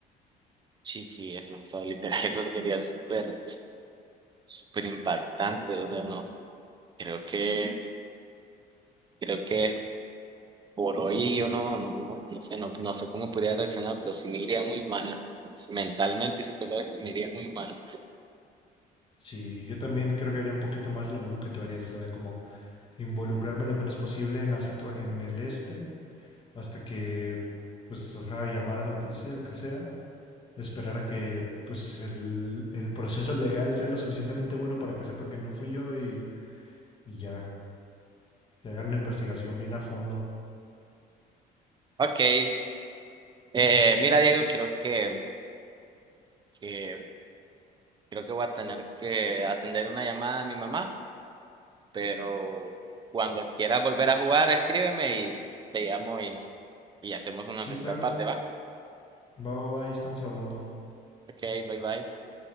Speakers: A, on the right; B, on the left.
A: Sí, sí, eso, o sea, literal, <laughs> eso sería súper. súper impactante, o sea, no, creo que, creo que por hoy yo no, no, no, no sé, no, no sé cómo podría reaccionar, pero sí me iría muy mal, mentalmente y psicológicamente me iría muy mal.
B: Sí, yo también creo que haría un poquito más lo mismo que tú harías, o sea, como involucrarme lo menos posible en la situa- en el este, hasta que, pues, ajá, llamar a la policía, lo que sea esperar a que pues el, el proceso legal sea lo suficientemente bueno para que sepan que no fui yo y, y ya, que hagan la investigación bien a fondo.
A: Ok, eh, mira Diego, creo que, que, creo que voy a tener que atender una llamada a mi mamá, pero cuando quieras volver a jugar, escríbeme y te llamo y, y hacemos una
B: Sí,
A: segunda
B: claro.
A: parte, ¿va?
B: Va, va, va, ahí estamos hablando.
A: Ok, bye bye.